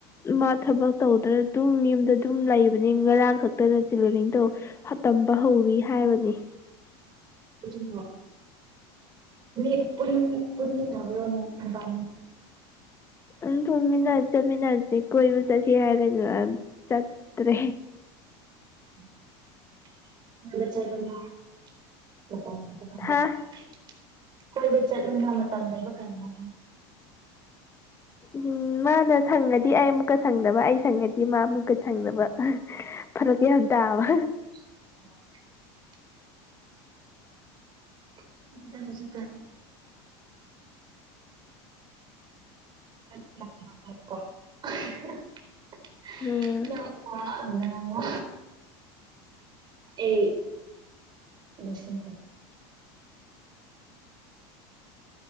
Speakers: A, on the left; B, on the right.
A: ꯃꯥ ꯊꯕꯛ ꯇꯧꯗ꯭ꯔꯥ ꯑꯗꯨꯝ ꯌꯨꯝꯗ ꯑꯗꯨꯝ ꯂꯩꯕꯅꯦ ꯉꯔꯥꯡ ꯈꯛꯇꯅ ꯇꯦꯂꯔꯤꯡ ꯇꯧ ꯍꯥ ꯇꯝꯕ ꯍꯧꯔꯤ ꯍꯥꯏꯕꯅꯤ
B: ꯂꯨꯏꯁꯤꯟꯈꯨꯋꯦ ꯔꯤꯠ ꯄꯨꯜꯂꯦ ꯄꯨꯃꯤꯟꯅꯕ꯭ꯔꫭ ꯑꯃꯨꯛ ꯅꯕꯥꯅꯤ
A: ꯑꯗꯨꯝ ꯊꫭꯡꯃꯤꯟꯅꯁꯤ ꯆꯠꯃꯤꯟꯅꯁꯤ ꯀꯣꯏꯕ ꯆꯠꯁꯤ ꯍꯥꯏꯔꯒ ꯆꯠꯇ꯭ꯔꯦ
B: <unintelligible> ꯔꯦꯠ ꯁ꯭ꯔꯠ ꯀꯔꯤꯅꯥ <unintelligible> <unintelligible>
A: ꯍꯥ
B: ꯀꯣꯏꯕ ꯆꯠꯂꯨꯅ ꯃꯇꯝ ꯂꯩꯕ ꯀꯟ ꯑꯃ
A: ꯎꯝ ꯃꯥꯅ ꯁꯪꯉꯗꯤ ꯑꯩ ꯑꯃꯨꯛꯀ ꯁꯪꯗꯕ ꯑꯩ ꯁꯪꯉꯗꯤ ꯃꯥ ꯑꯃꯨꯛ ꯀ ꯁꯪꯗꯕ ꯐꯔꯛꯇꯤ ꯌꯥꯝ ꯇꯥꯕ
B: <inaudible> ꯈꯪꯗꯦꯗ ꯍꯧꯖꯤꯛ ꯀꯟ <unintelligible>
A: ꯎꯝ꯫
B: ꯅꯪ ꯋꯥ ꯑꯃ ꯉꯥꯡꯕ ꯑꯩ ꯅꯤꯡꯁꯤꯡ ꯄꯥꯎ